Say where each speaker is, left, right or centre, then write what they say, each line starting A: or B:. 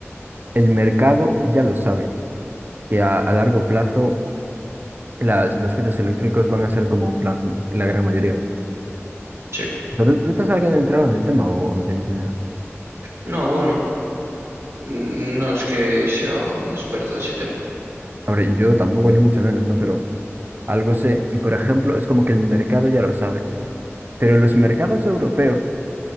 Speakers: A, on the right; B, on the right.
A: el mercado ya lo sabe, que a, a largo plazo las, los coches eléctricos van a ser como en plan la gran mayoría.
B: Sí.
A: Pero ¿Tú, tú estás algo entrado en el tema o, o no tienes ni idea?
B: No, bueno, mm, no es que sea un experto de ese tema.
A: A ver, yo tampoco ni mucho menos, ¿no? Pero algo sé, y por ejemplo, es como que el mercado ya lo sabe. Pero los mercados europeos,